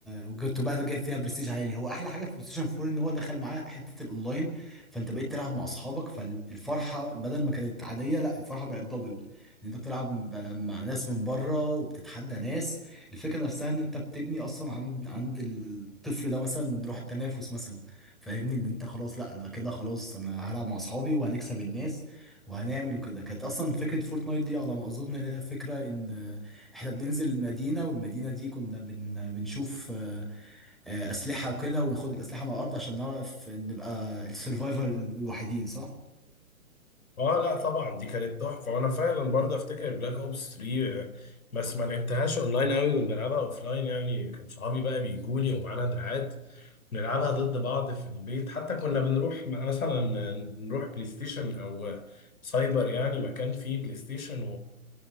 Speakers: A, in the centre; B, on the left.
A: وكنت بقى جايب فيها برستيج عالي هو احلى حاجه في بلاي ستيشن 4 ان هو دخل معاه حته الاونلاين فانت بقيت تلعب مع اصحابك فالفرحه بدل ما كانت عاديه لا الفرحه بقت دبل ان انت بتلعب ب- مع ناس من بره وبتتحدى ناس الفكره نفسها ان انت بتبني اصلا عند عند الطفل ده مثلا روح التنافس مثلا فاهمني ان انت خلاص لا انا كده خلاص انا هلعب مع اصحابي وهنكسب الناس وهنعمل وكده كانت اصلا فكره فورتنايت دي على ما اظن إن هي فكره ان احنا بننزل المدينة والمدينة دي كنا بن... بنشوف آه، آه، أسلحة وكده وناخد الأسلحة من الأرض عشان نعرف نبقى السرفايفر الوحيدين صح؟
B: اه لا طبعا دي كانت تحفه وانا فعلا برضه افتكر بلاك اوبس 3 آه، بس ما لعبتهاش اونلاين قوي كنت بلعبها اوفلاين يعني كان صحابي بقى بيجوني ومعانا دراعات نلعبها ضد بعض في البيت حتى كنا بنروح م- مثلا نروح بلاي ستيشن او سايبر يعني مكان فيه بلاي ستيشن